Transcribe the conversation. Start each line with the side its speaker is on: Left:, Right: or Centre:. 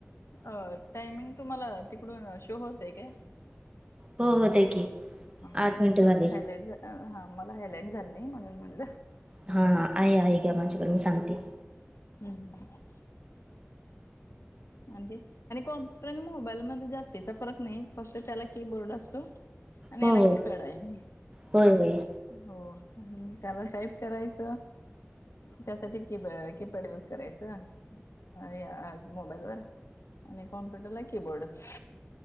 Left: अ टायमिंग तुम्हाला तिकडून शो होतय काय?
Right: हो हो दे की
Left: ह
Right: आठ
Left: नाही
Right: मिनिटं
Left: माझं
Right: झाले
Left: हायलाइट झा हां मला हायलाइट झाल नाही म्हणून म्हटलं.
Right: हा, हा, हाय घ्या माझ्या बरोबर सांगते.
Left: हम्म, हम्म. आणखी आणि कॉम्प्युटर आणि मोबाईलमध्ये जास्तीचा फरक नाही फक्त त्याला कीबोर्ड असतो. आणि
Right: हो
Left: याला
Right: हो
Left: की, पॅड आहे.
Right: होय होय
Left: हो आणि त्याला टाईप करायचं. त्यासाठी की की, पॅड युज करायचं या मोबाईलवर आणि कॉम्प्युटर ला कीबोर्डच.